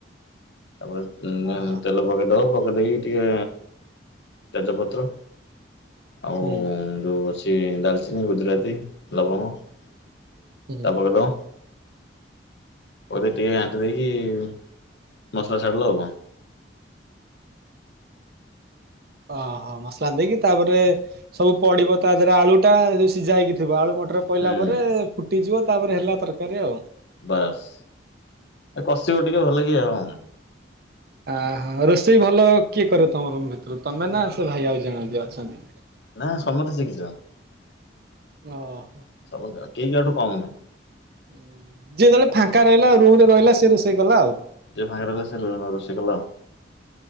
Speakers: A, on the left (about 65°); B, on the right (about 55°).
A: ତାପରେ ଉ
B: ହଁ
A: ତେଲ ପକେଇଦବ ପକେଇ ଦେଇକି ଟିକେ ତେଜପତ୍ର ଆଉ
B: ହୁଁ
A: ଯୋଉ ଅଛି ଡାଲଚିନି, ଗୁଜୁରାତି, ଲବଙ୍ଗ ତାକୁ
B: ହୁଁ
A: ପକେଇ ଦବ। ପରେ ଟିକେ ଘାଣ୍ଟି ଦେଇକି ମସଲା ଛାଡ଼ିଲ ଆଉ କଣ।
B: ଓହୋ ମସଲା ଦେଇକି ତାପରେ ସବୁ ପଡ଼ିବ ତା ଦେହରେ ଆଳୁଟା ଯୋଉ ସିଝା ହେଇକି ଥିବ ଆଳୁ ମଟର ପଇଲା
A: ହୁଁ
B: ପରେ ଫୁଟିଯିବ ତାପରେ ହେଲା ତରକାରୀ ଆଉ।
A: ବାସ୍ ଏ କଷିବ ଟିକେ ଭଲ କି ହଁ।
B: ଅ ହ ରୋଷେଇ ଭଲ କିଏ କରେ ତମ ରୁମ ଭିତରୁ ତମେ ନା ସେ ଭାଇ ଆଉ ଜଣ ଯୋ ଅଛନ୍ତି?
A: ନା ସମସ୍ତେ ଶିଖିଛନ୍ତି।
B: ଓହ।
A: ସବୁ ଜଣା କିଏ କାଠୁ କମ୍ ନାହିଁ।
B: ଯିଏ ଯେତେବେଳେ ଫାଙ୍କା ରହିଲା ରୁମ ରେ ରହିଲା ସେ ରୋଷେଇ କଲା ଆଉ।
A: ଯିଏ ଫାଙ୍କା ରହିଲା ସେ <unintelligible> ରୋସେଇଲ କଲା ଆଉ।